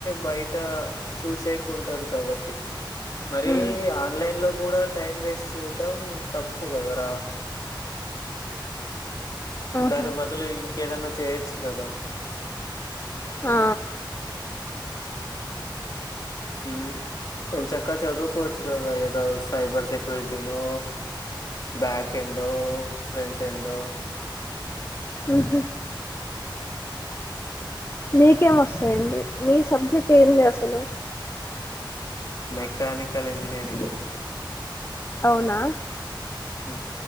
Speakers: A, on the left (about 45°); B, on the left (about 30°).
A: బయట చూసేకి ఉంటది కాబట్టి
B: అని
A: మరీ ఆన్లైన్లో కూడా టైం వేస్ట్ చూడ్డం తప్పు కదరా
B: ఆహా
A: దాని బదులు ఇంకేదైనా చేయొచ్చు కదా.
B: ఆ
A: హ్ ఎం చక్క చదువుకోవచ్చు కదా ఏదో సైబర్ సెక్యూరిటీనూ బ్యాక్ ఎండో ఫ్రంట్ ఎండు
B: ఉహు మీకేం మోస్తాయండి మీ సబ్జెక్ట్ ఏంది అసలు.
A: మెకానికల్ ఇంజనీరింగ్
B: అవునా.
A: హ.